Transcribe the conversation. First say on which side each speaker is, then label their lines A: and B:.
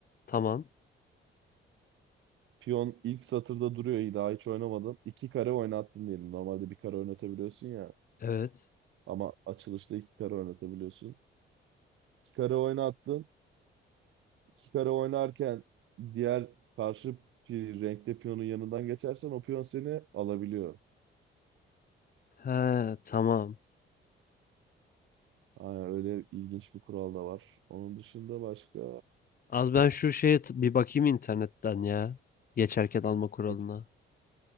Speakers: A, on the left (about 45°); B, on the right (about 80°).
A: Tamam.
B: Piyon ilk satırda duruyor. iyi, Daha hiç oynamadın. İki kare oynattın diyelim. Normalde bir kare oynatabiliyorsun ya.
A: Evet.
B: Ama açılışta iki kare oynatabiliyorsun. İki kare oynattın. Kikara oynarken diğer karşı bir renkte piyonun yanından geçersen o piyon seni alabiliyor.
A: He tamam.
B: Aynen öyle ilginç bir kural da var. Onun dışında başka...
A: Az ben şu şeye t- bir bakayım internetten ya. Geçerken alma kuralına.
B: Geç-